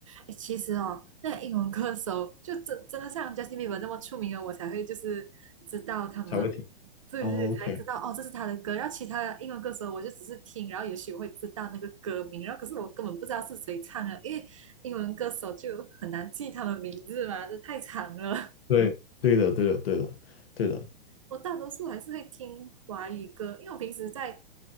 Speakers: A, on the right; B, on the left.
A: 哎，其实哦，那个英文歌手就真真的像 Justin Bieber 那么出名了，我才会就是知道他们，
B: 才会听。
A: 对对，
B: o
A: 才知道哦，
B: k
A: 这是他的歌。然后其他的英文歌手，我就只是听，然后也许我会知道那个歌名，然后可是我根本不知道是谁唱的，因为英文歌手就很难记他们名字嘛，这太长了。
B: 对，对的，对的，对的，对的。
A: 我大多数还是会听华语歌，因为我平时在，